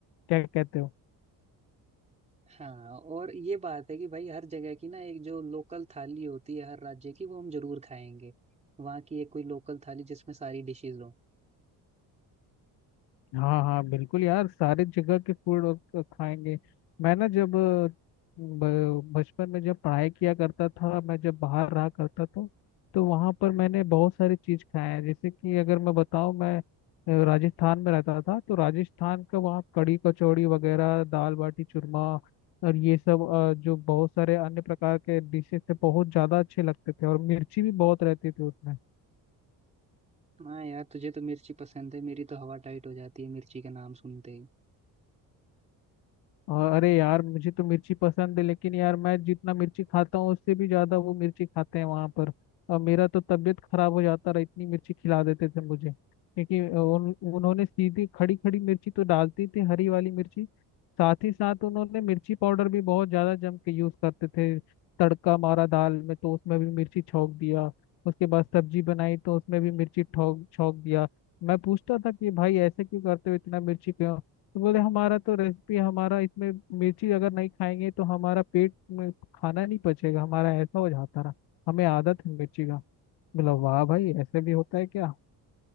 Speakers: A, on the left; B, on the right.
A: क्या कहते हो
B: हाँ और ये बात है कि भाई हर जगह की ना एक जो लोकल थाली होती है हर राज्य की वो हम जरूर खाएंगे वहाँ की एक कोई लोकल थाली जिसमें सारी डिशेज हो
A: हाँ हाँ बिल्कुल यार सारे जगह के फूड और खाएंगे मैं ना जब अ, ब- बचपन में जब पढ़ाई किया करता था मैं जब बाहर रहा करता था तो वहाँ पर मैंने बहुत सारी चीज़ खाए हैं जैसे कि अगर मैं बताऊँ मैं अ, राजस्थान में रहता था तो राजस्थान का वहाँ कढ़ी कचौड़ी वगैरह दाल बाटी चूरमा और ये सब अ, जो बहुत सारे अन्य प्रकार के डिशेस थे बहुत ज़्यादा अच्छे लगते थे और मिर्ची भी बहुत रहती थी उसमें
B: हाँ यार तुझे तो मिर्ची पसंद है मेरी तो हवा टाइट हो जाती है मिर्ची का नाम सुनते ही
A: और अरे यार मुझे तो मिर्ची पसंद है लेकिन यार मैं जितना मिर्ची खाता हूँ उससे भी ज्यादा वो मिर्ची खाते हैं वहां पर और मेरा तो तबीयत खराब हो जाता रहा इतनी मिर्ची खिला देते थे मुझे क्योंकि उन, उन्होंने सीधी खड़ी खड़ी मिर्ची तो डालती थी हरी वाली मिर्ची साथ ही साथ उन्होंने मिर्ची पाउडर भी बहुत ज्यादा जम के यूज करते थे तड़का मारा दाल में तो उसमें भी मिर्ची छौंक दिया उसके बाद सब्जी बनाई तो उसमें भी मिर्ची ठोक छौंक दिया मैं पूछता था कि भाई ऐसे क्यों करते हो इतना मिर्ची क्यों तो बोले हमारा तो रेसिपी हमारा इसमें मिर्ची अगर नहीं खाएंगे तो हमारा पेट में खाना नहीं पचेगा हमारा ऐसा हो जाता रहा हमें आदत है मिर्ची का बोला वाह भाई ऐसे भी होता है क्या